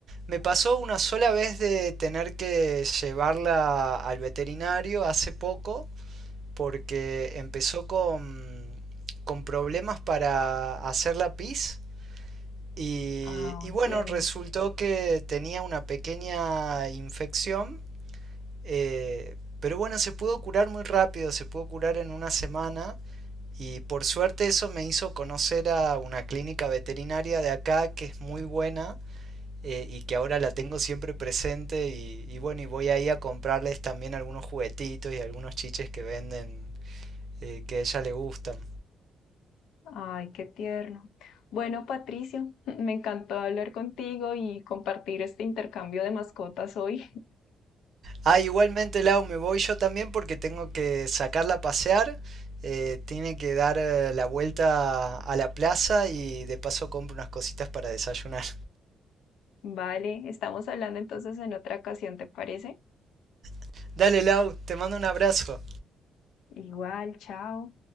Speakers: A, on the right; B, on the left.
A: Me pasó una sola vez de tener que llevarla al veterinario hace poco porque empezó con, con problemas para hacer la pis y,
B: Ah,
A: y
B: entiendo.
A: bueno, resultó que tenía una pequeña infección, eh, pero bueno, se pudo curar muy rápido, se pudo curar en una semana y por suerte eso me hizo conocer a una clínica veterinaria de acá que es muy buena. Eh, y que ahora la tengo siempre presente y, y bueno, y voy ahí a comprarles también algunos juguetitos y algunos chiches que venden eh, que a ella le gustan.
B: Ay, qué tierno. Bueno, Patricio, <laughs> me encantó hablar contigo y compartir este intercambio de mascotas hoy. <laughs>
A: Ah, igualmente Lau, me voy yo también porque tengo que sacarla a pasear. eh, tiene que dar eh, la vuelta a la plaza y de paso compro unas cositas para desayunar.
B: Vale, estamos hablando entonces en otra ocasión, ¿te parece?
A: <laughs> Dale Lau, te mando un abrazo.
B: Igual, chao.